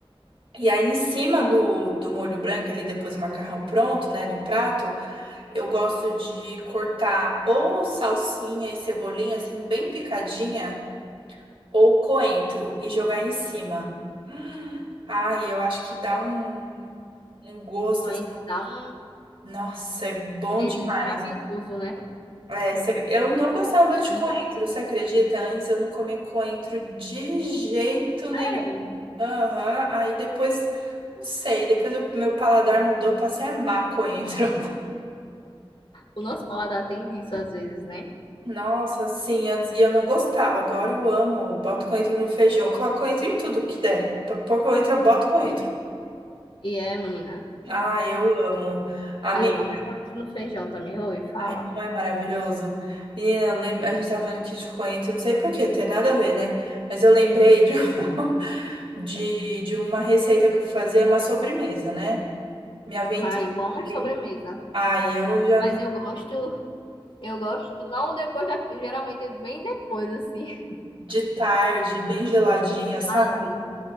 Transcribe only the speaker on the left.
o coentro
dá um
cheirinho
maravilhoso, né?
E,
sério,
o nosso paladar tem disso às vezes, né?
E é, menina.
Ai, eu amo coentro no feijão também. Oi, fala.
Ai, eu amo
sobremesa.
Mas
eu gosto, eu gosto, não depois, da- geralmente bem depois, assim.
Ai,